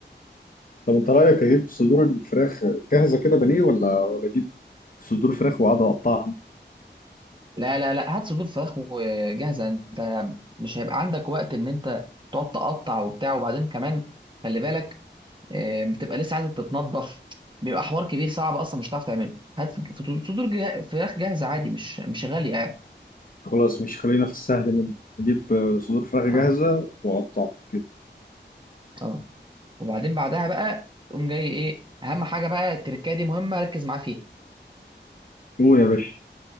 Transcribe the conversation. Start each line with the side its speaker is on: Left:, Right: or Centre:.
Left: طب انت رايك اجيب صدور الفراخ جاهزه كده بانيه ولا ولا اجيب صدور فراخ واقعد اقطعها
Right: لا لا لا هات صدور فراخ وجاهزه انت مش هيبقى عندك وقت ان انت تقعد تقطع وبتاع وبعدين كمان خلي بالك آه، بتبقى لسه عايزه تتنضف بيبقى حوار كبير صعب اصلا مش هتعرف تعمله هات فت- صدور جه- فراخ جاهزه عادي مش مش غاليه يعني
Left: خلاص مش خلينا في السهل منه اجيب آه، صدور فراخ
Right: اه
Left: جاهزه واقطعها كده
Right: اه وبعدين بعدها بقى تقوم جاي ايه اهم حاجه بقى التركايه دي مهمه ركز معاها فيها
Left: هو يا باشا